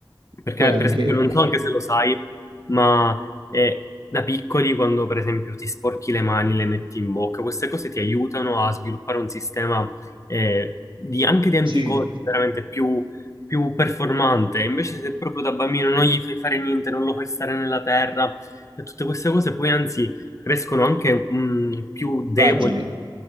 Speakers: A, on the left (about 35°); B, on the right (about 70°).
A: Perché,
B: Poi anche,
A: per esempio, non so anche se lo sai, ma eh, da piccoli, quando per esempio ti sporchi le mani, le metti in bocca, queste cose ti aiutano a sviluppare un sistema eh, di- anche di anticorpi
B: sì,
A: veramente più, più performante. Invece, se proprio da bambino non gli fai fare niente, non lo fai stare nella terra, e tutte queste cose poi anzi crescono anche mm, più deboli,
B: fragili.